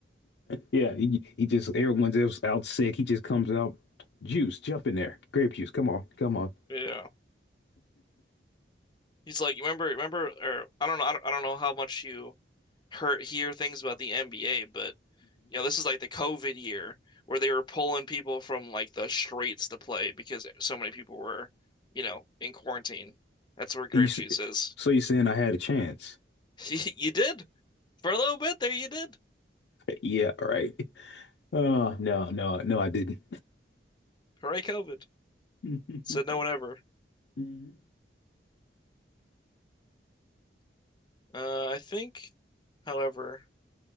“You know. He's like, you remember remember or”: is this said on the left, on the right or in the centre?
Left